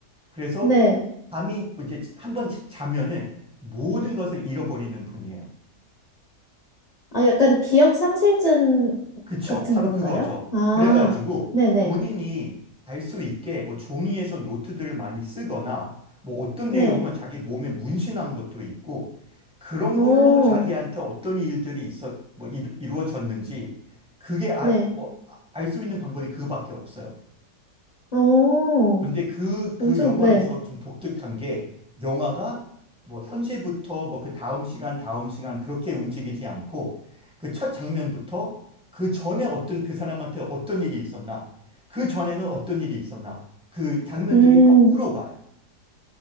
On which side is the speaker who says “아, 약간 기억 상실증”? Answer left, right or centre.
Left